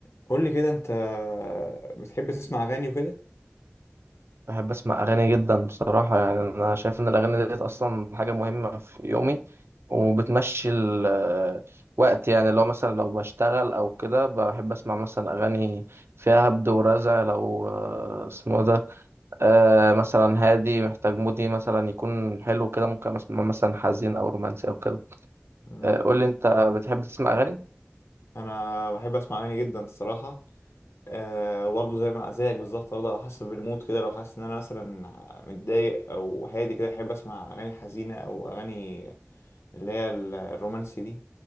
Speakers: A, on the left (about 80°); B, on the right (about 65°).
A: قول لي كده انت بتحب تسمع اغاني وكده
B: بحب اسمع اغاني جدا بصراحه يعني انا شايف ان الاغاني ديت اصلا حاجه مهمه في يومي وبتمشي الوقت يعني لو مثلا لو بشتغل او كده بحب اسمع مثلا اغاني فيها هبد ورزع لو آه، اسمه ده آه، مثلا هادي محتاج مودي مثلا يكون حلو كده ممكن اسمع مثلا حزين او رومانسي او كده
A: مم.
B: آه، قول لي انت بتحب تسمع اغاني
A: انا بحب اسمع اغاني جدا الصراحه أه برضه زي ما زيك بالظبط برضه على حسب المود كده لو حاسس ان انا مثلا متضايق او هادي كده احب اسمع اغاني حزينه او اغاني اللي هي ال- الرومانسي دي